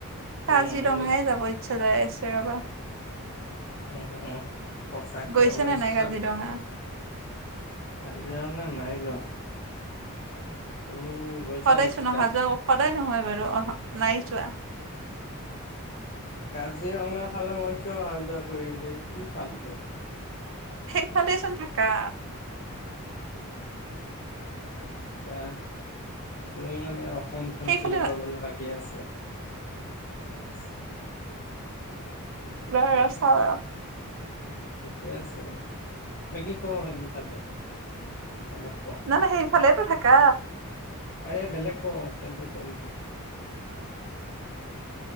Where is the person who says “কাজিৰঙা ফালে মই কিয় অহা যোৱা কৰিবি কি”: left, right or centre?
Left